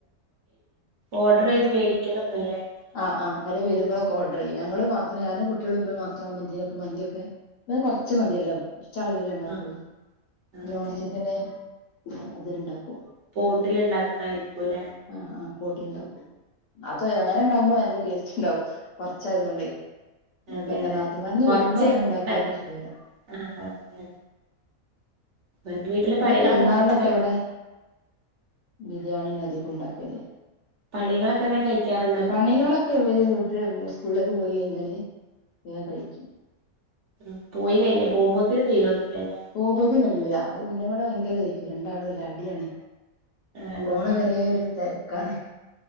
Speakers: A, on the right (about 60°); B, on the left (about 65°).
A: ഓഡ്രെയ്ത് വേടിക്കലൊന്നുല്ലേ
B: ആഹ് ആഹ് ആരോ വെരുമ്പളൊക്കെ ഓഡ്രെയ്യും ഞങ്ങള് മാത്രം ഞാനും കുട്ടികളുംമ്മീം മാത്രാവുമ്പ എന്തേലൊകെ മന്തിയൊക്കെ ഞങ്ങഹ് കൊർച്ച് മതിയല്ലോ കൊർച്ചളവിലല്ലേ ഇണ്ടാക്കൊള്ളൂ
A: ആഹ് ആഹ്
B: നോൺ
A: അതെ
B: സ്റ്റിക്കിന്റെ
A: അതെ
B: അതില്ണ്ടാക്കും
A: പോട്ട്ല് ഈണ്ടാക്ക്ണായിരിക്കുലേ
B: ആഹ് ആഹ് പോട്ടില്ണ്ടാക്കും അത് അങ്ങനെ ഇണ്ടകുമ്പോ നല്ല ടേസ്റ്റ്ണ്ടാവും കൊർച്ചായതുകൊണ്ടേ പിന്നെ
A: അതെ
B: പെങ്ങ
A: അതെ
B: നാത്തൂമാരൊന്നും
A: കൊറച്ച്
B: വെരുമ്പ അങ്ങനെണ്ടാകിയാല്
A: എന്ത്ണ്ട
B: ശെരിയാവൂല
A: ആഹ് അതെ അതെ വീട്ടിലെ
B: ഇനി
A: പണികളൊക്കെ
B: പെരുന്നാളിനൊക്കെ
A: നേരത്തെ കഴിക്കും
B: ഇവടെ ബിരിയാണിയെന്നെ അതികുണ്ടാക്കല്
A: പണികളൊക്കെ വേൻ കഴിക്കാറുണ്ടോ വീട്ടിലെ
B: പണികളൊക്കെ ഇവര് സ്കൂളിലേക്ക് പോയി കഴിഞ്ഞാല് വേഗം കഴിക്കും
A: അഹ് പോയി കഴിഞ്ഞ പോകുമ്പോത്തിന് തീരൊന്നില്ലല്ലേ
B: പോവുപതിന്കഴിയൂല അഹ് പിന്നെ ഇവിടെ ഭയങ്കര തക്കും രണ്ടാളുല്ല അടിയാണ്
A: ആണോ
B: പോണ വരെ ഒരു തിരക്കാണ്